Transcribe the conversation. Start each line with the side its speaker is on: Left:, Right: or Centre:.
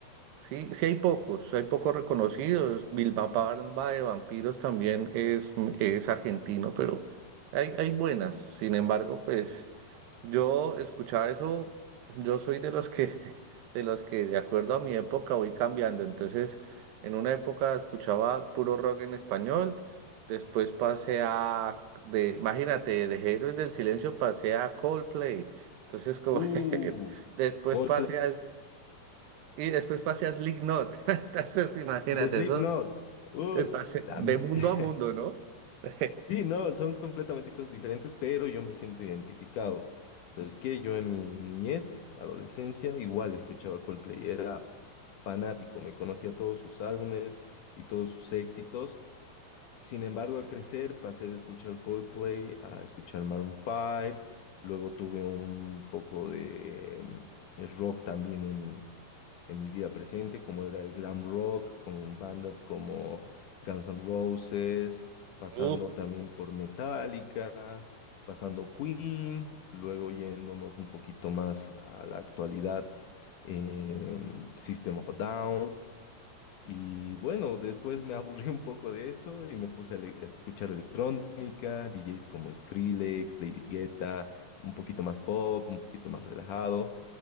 Right: Sí, sí hay pocos, hay pocos reconocidos. Vilma Palma de Vampiros también es, es argentino, pero hay, hay buenas. Sin embargo, pues yo escuchaba eso, yo soy de los que, <laughs> de los que de acuerdo a mi época voy cambiando. Entonces, en una época escuchaba puro rock en español, después pasé a, de, imagínate, de Héroes del Silencio pasé a Coldplay. Entonces, como
Left: Uh,
Right: <laughs> después
Left: Coldplay.
Right: pasé a y después pasé a Slipknot. <laughs> Entonces, imagínate
Left: Y Slipknot.
Right: eso,
Left: Uy,
Right: eh, pasé
Left: a
Right: de
Left: mí-
Right: mundo
Left: <laughs>
Right: a mundo, ¿no? <laughs>
Left: sí, no, son completamente cosas diferentes, pero yo me siento identificado. ¿Sabes qué? Yo en mi niñez, adolescencia, igual escuchaba Coldplay, era fanático, me conocía todos sus álbumes y todos sus éxitos. Sin embargo, al crecer pasé de escuchar Coldplay a escuchar Maroon 5, luego tuve un poco de mm, eh, rock también en mi vida presente, como era el glam rock, con bandas como Guns N' Roses, pasando
Right: Uh,
Left: también por Metallica, pasando Queen, luego yéndonos un poquito más a la actualidad, eh, System of a Down. Y bueno, después me <laughs> aburrí un poco de eso y me puse a, le- a escuchar electrónica, DJs como Skrillex, David Guetta, un poquito más pop, un poquito más relajado.